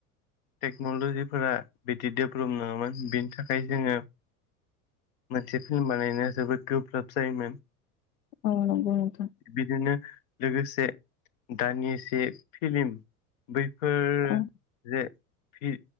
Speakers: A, on the left; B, on the left.
A: टेक्न'ल'जिफोरा बिदि डेभेलप नङामोन बिनि थाखाय जोङो मोनसे फिल्म बानायनाया जोबोद गोब्राब जायोमोन
B: औ बुं नोंथां।
A: बिदिनो लोगोसे दानि जे फिल्म बै। फोर
B: औ
A: जे फि